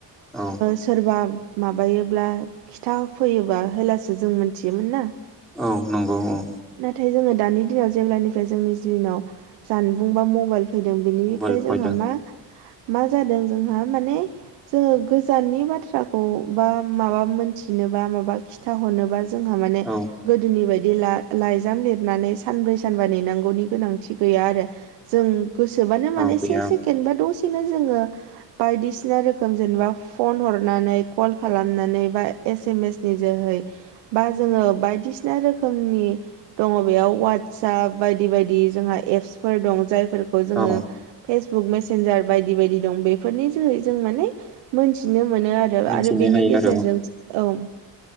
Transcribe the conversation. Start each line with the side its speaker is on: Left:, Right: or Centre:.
Centre: औ
Right: सोरबा माबायोब्ला खिथा होफैयोबा होलासो जों मोनथियोमोन ना
Centre: औ नंगौ औ
Right: नाथाय जोङो दानि दिनाव जेब्लानिफ्राय जोंनि दिनाव जानबुं बा मबाइल फैदों बेनिफ्राय
Centre: मबाइल
Right: जोंहा
Centre: फैदों
Right: मा मा जादों जोंहा माने जोंङो गो गोजाननि बाथ्राखौ बा माबा मोनथिनोबा माबा खिथाहरनोबा जोंहा माने
Centre: औ
Right: गोदोनि बायदि ला लाइजाम लिरनानै सानब्रै सानबा नेनांगौनि गोनांथि गैया आरो जों गोसोबानो माने
Centre: औ गैया
Right: से सेकेण्ड बा दसेनो जोङो बायदिसिना रोखोम जेनेबा फन हरनानै कल खालामनानै बा एस एम एस नि जोहै बा जोङो बायदिसिना रोखोमनि दङ बेयाव वाटसाप बायदि बायदि जोंहा एपसफोर दं जायफोरखौ जोङो
Centre: औ
Right: फेसबुक मेसेनजार बायदि बायदि दं बेफोरनि जोहै जों माने नुनो मोनो आरो
Centre: मिथिनो
Right: आरो बेनि
Centre: हायो
Right: गेजेरजों
Centre: आरो औ
Right: औ